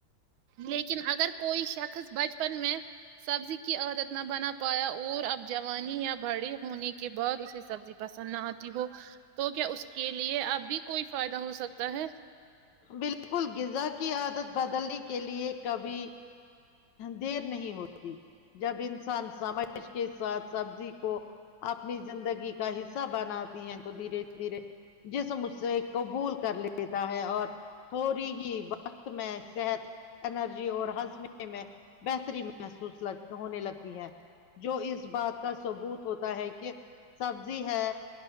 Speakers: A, on the right; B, on the left.
A: لیکن اگر کوئی شخص بچپن میں سبزی کی عادت نہ بنا پایا اور اب جوانی یا بڑے ہونے کے بعد اسے سبزی پسند نہ آتی ہو تو کیا اس کے لیے اب بھی کوئی فائدہ ہو سکتا ہے
B: بلکل غذا کی عادت بدلنے کے لیئے کبھی دیر نہیں ہوتی جب انسان سمش کے ساتھ سبزی کو اپنی زندگی کا حصہ بناتی ہیں تو دھیرے دھیرے جیسے مجھ سے قبول کر لیتا ہے اور تھوڑی ہی وقت میں صحت انرجی اور ہضمے میں بہتری محسوس لگ ہونے لگتی ہے جو اس بات کا ثبوت ہوتا ہے کہ سبزی ہے